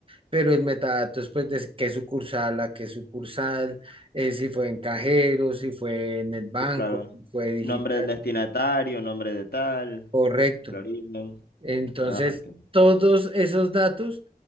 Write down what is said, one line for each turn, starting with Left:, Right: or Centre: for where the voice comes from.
Right: Pero el metadato es pues de qué sucursal, a qué sucursal, eh, si fue en cajero, si fue en el banco,
Left: Sí, claro.
Right: si fue digital,
Left: Nombre del destinatario, nombre de tal,
Right: correcto.
Left: el origen.
Right: Entonces,
Left: Ok, Ah, ok.
Right: todos esos datos,